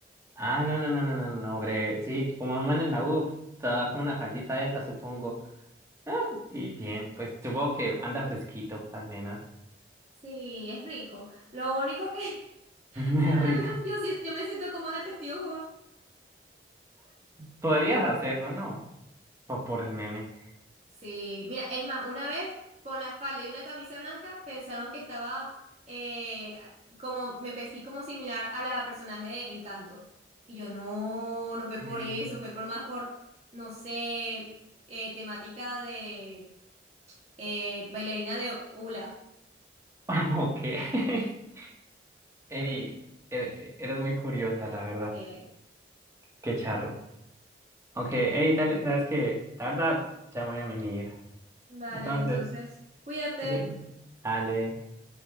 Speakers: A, on the right; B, on the right.
A: Ah, no, no, no, no, no, no, no, breve. Sí, como un man en la U, te da
B: Ujú.
A: como una faldita de esa, supongo. Ah, y bien, pues supongo que anda fresquito, al menos.
B: Sí, es rico. Lo único que, <laughs>
A: <laughs>
B: bueno,
A: Es rico.
B: a veces yo, si- yo me siento como una testigo
A: Podrías hacerlo, ¿no? Po- por el meme.
B: Sí, mira, es más, una vez con la falda y una camisa blanca pensaron que estaba eh, como, me vestí como similar a la personaje de Encanto. Y yo, no, no fue por
A: Eh,
B: eso, fue por más por, no sé, eh, temática de eh, bailarina de hula.
A: <laughs> ok. <laughs> Ey, ere- eres muy curiosa, la verdad.
B: de-
A: Qué charro. Ok, ey, dale, sabes que, la verdad, ya me voy a mimir.
B: Vale,
A: Entonces,
B: entonces, cuídate.
A: si quieres, dale,